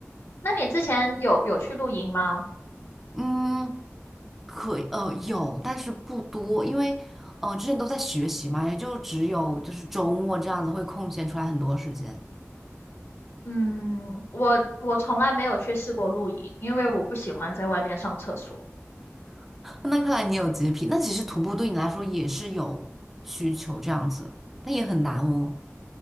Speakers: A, on the left; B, in the centre.
A: 那你之前有有去露营吗？
B: 嗯，可以呃，有，但是不多，因为，呃，之前都在学习嘛，也就只有就是周末这样子会空闲出来很多时间。
A: 嗯，我我从来没有去试过露营，因为我不喜欢在外面上厕所。
B: <laughs> 那看来你有洁癖，那其实徒步对你来说也是有需求这样子，但也很难哦。